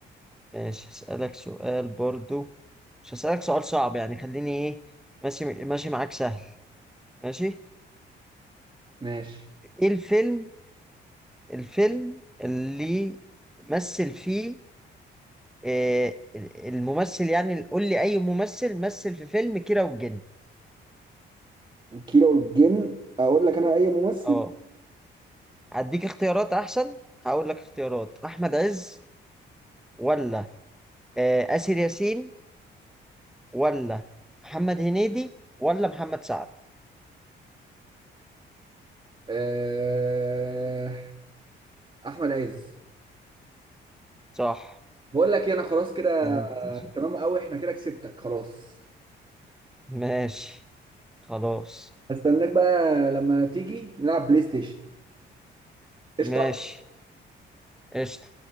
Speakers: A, in the centre; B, on the right (about 25°).
A: ماشي أسألك سؤال برضو مش هسألك سؤال صعب يعني خليني إيه ماشي ماشي معاك سهل ماشي
B: ماشي
A: ايه الفيلم الفيلم اللي مثل فيه آه، الممثل يعني قول لي اي ممثل مثل في فيلم كيرة والجن
B: كيرة والجن اقول لك انا اي ممثل
A: اه هديك اختيارات احسن هقول لك اختيارات احمد عز ولا آه، آسر ياسين ولا محمد هنيدي ولا محمد سعد
B: آه... احمد عز
A: صح
B: بقول لك إيه، انا خلاص كده
A: انت-
B: تمام قوي احنا كده كسبتك خلاص
A: ماشي خلاص
B: هستناك بقى لما تيجي نلعب بلاي ستيشن قشطة
A: ماشي قشطة